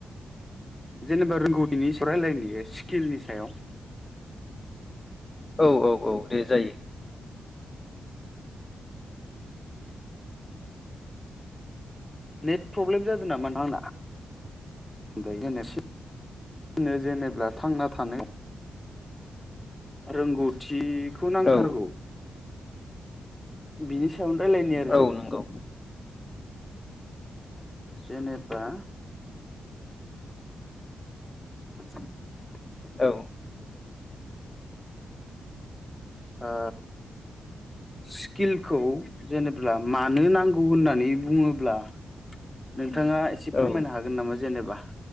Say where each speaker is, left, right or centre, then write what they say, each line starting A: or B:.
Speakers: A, in the centre; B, on the left.
A: जेनेबा रोंगौथिनि सायाव रायलायनाय स्किलनि सायाव
B: औ औ औ औ दे जायो
A: नेट प्रब्लेम जादों नामा आंना ओमफ्राय ज जेनेबा थांना थानो रोंगौथिखौ नांथारगौ
B: औ
A: बिनि सायावनो राय्लायनो आरो
B: औ
A: जों
B: नंगौ
A: जेनेबा <inaudible>
B: औ
A: अ स्किलखौ जेनेबा मानो नांगौ होननानै बुङोब्ला नोंथाङा एसे
B: औ
A: फोरमायनो हागोन नामा जेनेबा